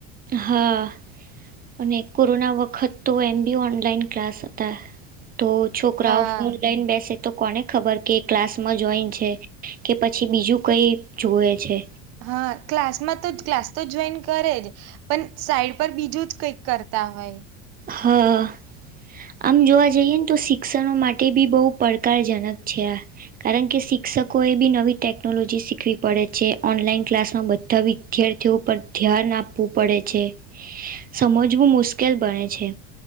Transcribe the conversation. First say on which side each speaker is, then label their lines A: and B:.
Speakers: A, on the right; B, on the right.
A: હા. અને કોરોના વખત તો એમ બી ઓનલાઈન ક્લાસ હતા. તો છોકરાઓ
B: હા
A: ફોન લઇને બેસે તો કોને ખબર કે ક્લાસમાં જોઈન છે કે પછી બીજું કંઈ જુએ છે.
B: હા, ક્લાસમાં તો ક્લાસ તો જોઈન કરે જ પણ સાઈડ પર બીજું જ કંઈક કરતા હોય.
A: હા. આમ જોવા જઈએ ને તો શિક્ષણનો માટે બી બો પડકારજનક છે આ કારણકે શિક્ષકો એ બી નવી ટેકનોલોજી શીખવી પડે છે ઓનલાઈન ક્લાસમાં બધા વિદ્યાર્થીઓ પર ધ્યાન આપવું પડે છે સમજવું મુશ્કેલ બને છે.